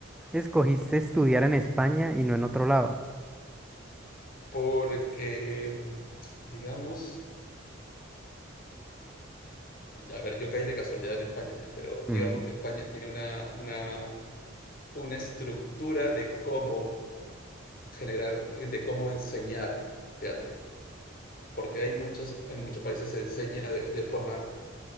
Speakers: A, in the centre; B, on the left.
A: escogiste estudiar en España y no en otro lado?
B: Porque, mm, digamos, a ver, yo caí de casualidad en España, pero
A: Ujú,
B: digamos que España tiene una, una, una estructura de cómo generar, de cómo enseñar teatro. porque hay muchos, en muchos países se enseña de, de forma